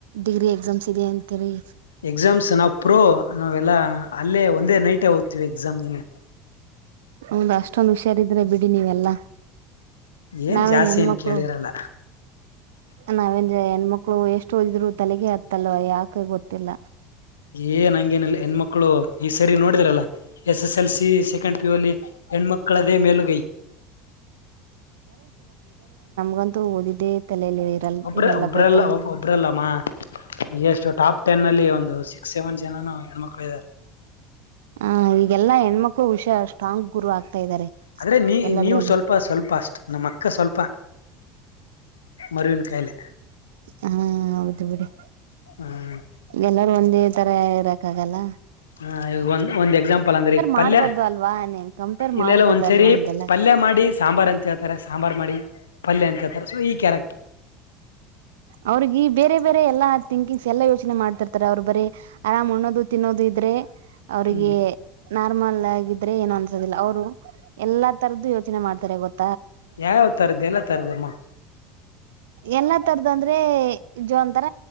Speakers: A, on the right; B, on the left.
A: ಡಿಗ್ರಿ ಎಕ್ಸಾಮ್ಸ್ ಇದೆ ಅಂತೀರಿ
B: ಎಕ್ಸಾಮ್ಸ್ ನಾ ಪ್ರೋ ನಾವೆಲ್ಲಾ ಅಲ್ಲೇ ಒಂದೇ ನೈಟ್ ಹೋಗ್ತೀವಿ ಎಕ್ಸಾಮ್ ನಿನ್ನೆ.
A: ಹೌದ ಅಷ್ಟೊಂದು ಹುಷಾರಿದ್ರೆ ಬಿಡಿ ನೀವೆಲ್ಲಾ.
B: ಏನ್
A: ನಾವೇನ್
B: ಜಾಸ್ತಿ
A: ಹೆಣ್ಮಕ್ಳು
B: ಏನ್ ಕೇಳಿರಲ್ಲ
A: ನಾವೇನ್ ಹೆಣ್ಮಕ್ಳು ಎಷ್ಟು ಓದಿದ್ರು ತಲೆಗೆ ಆತ್ತಲ್ವ ಯಾಕ ಗೊತ್ತಿಲ್ಲ.
B: ಏನ್ ನಂಗಗೆನಿಲ್ಲ ಹೆಣ್ಮಕ್ಕ. ಕ್ಕಳು ಈ ಸರಿ ನೋಡಿದ್ರಲ್ಲ S. S S L C second ಪು ಅಲ್ಲಿ ಹೆಣ್ಮಕ್ಕಳದೇ ಮೇಲುಗೈ.
A: ಬಂತು ಓದೀ. ಇದೇ ತಲೆಯಲ್ಲಿ ಇರಲ್ಲ
B: ಒಬ್ರ
A: ಇರಲ್ಲ
B: ಒಬ್ರಲ್ಲ
A: ಗೊತ್ತ
B: ಒಬ್ರಲ್ಲಮ್ಮ
A: <unintelligible>
B: ಎಷ್ಟು ಟಾಪ್ ಟೆನ್ ಅಲ್ಲಿ ಒಂದು ಸಿಕ್ಸ್ ಸೆವೆನ್ ಜನನು ಹೆಣ್ಮಕ್ಳು ಇದ್ದಾರೆ
A: ಹ ಈಗೆಲ್ಲಾ ಹೆಣ್ಮಕ್ ಕೊ ವಿಷಯ ಅ ಸ್ಟ್ರಾಂಗ್ ಗುರು ಆಗ್ ಇದ್ದಾರೆ
B: ಆದ್ರೆ ನೀ
A: ಎಲ್ಲದ್ರಲ್ಲೂ.
B: ನೀವು ಸ್ವಲ್ಪ ಸ್ವಲ್ಪ ಅಷ್ಟ್ ನಮ್ಮ ಅಕ್ಕ ಸ್ವಲ್ಪ. ಮರುವಿನ ಕಾಯಿಲೆ
A: ಹಾ ಹೌದು ಬಿಡಿ
B: ಹ್ಮ್
A: ಎಲ್ಲಾರೂ ಒಂದೇ ತರ ಇರಾಕ್ ಕ್ಕಾಗಲ್ಲ
B: ಹ ಈ ಒಂದ್ ಒಂದ್ ಎಕ್ಸಾಂಪಲ್ ಅಂದ್ರ ಈಗ
A: ಮಾಡ್ಬಾರ್ದು
B: ಪಲ್ಯ
A: ಅಲ್ವಾ ನೀನ್ ಕಂಪೇರ್
B: ಇಲ್ಲಲ್ಲ
A: ಮಾಡ್ಬಾರ್ದಲ್ವಾ
B: ಒಂದ್ಸರಿ
A: ಹಂಗೆಲ್ಲ
B: ಪಲ್ಯ ಮಾಡಿ ಸಾಂಬಾರ್ ಅಂತ ಹೇಳ್ ಸಾಂಬಾರ್ ಮಾಡಿ ಪಲ್ಯ ಅಂತ ಹೇಳ್ತಾರ ಸೊ ಈ ಕ್ಯಾರೆಕ್ಟರ್.
A: ಅವ್ರಗಿ ಈ ಬೇರೆ ಬೇರೆ ಎಲ್ಲಾ ತಿಿಂಕಿಂಗ್ಸ್ ಎಲ್ಲಾ ಯೋಚನೆ ಮಾಡ್ತಿರ್ತಾರೆ ಅವ್ರು ಬರೀ ಆರಾಮ್ ಉಣ್ಣೋದು ತಿನ್ನೋದು ಇದ್ರೆ. ಅವ್ರಿಗೆ
B: ಹ್ಮ್
A: ನಾರ್ಮಲ್ ಆಗಿದ್ರೆ ಏನು ಅನ್ಸೋದಿಲ್ಲ ಅವ್ರು. ಎಲ್ಲಾ ತರದ್ದು ಯೋಚನೆ ಮಾಡ್ ತರೆ ಗೊತ್
B: ಯಾವ ತರ್ದ ಎಲ್ಲ ತರದಮ್ಮ.
A: ಎಲ್ಲಾ ತರದ ಅಂದ್ರೆ ಜ ಒಂತರ